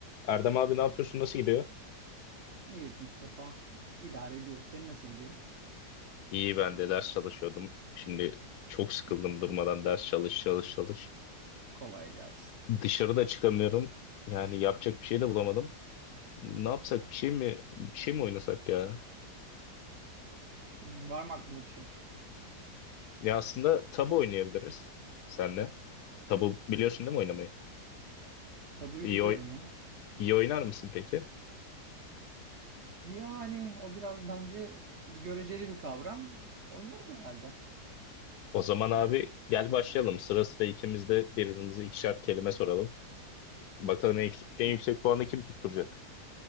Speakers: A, on the left; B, on the right.
A: Erdem abi ne yapıyorsun? Nasıl gidiyor?
B: İyilik Mustafa. İdare ediyoruz. Senin nasıl gidiyor?
A: İyi ben de ders çalışıyordum. Şimdi çok sıkıldım
B: Hmm,
A: durmadan ders çalış çalış çalış.
B: Kolay gelsin.
A: Dışarıda çıkamıyorum. Yani yapacak bir şey de bulamadım. Ne yapsak? Bir şey mi bir şey mi oynasak ya?
B: Hmm, Var mı aklında bir şey?
A: Ya aslında tabu oynayabiliriz senle. Tabu biliyorsun değil mi oynamayı?
B: Tabuyu
A: İyi
B: biliyorum
A: oy
B: ya.
A: iyi oynar mısın peki?
B: Yani o biraz bence göreceli bir kavram. Oynarım herhalde.
A: O zaman abi gel başlayalım. Sıra sıra ikimiz de birbirimize ikişer kelime soralım. Bakalım en, yüks- en
B: Tamam,
A: yüksek puanı kim tutturacak?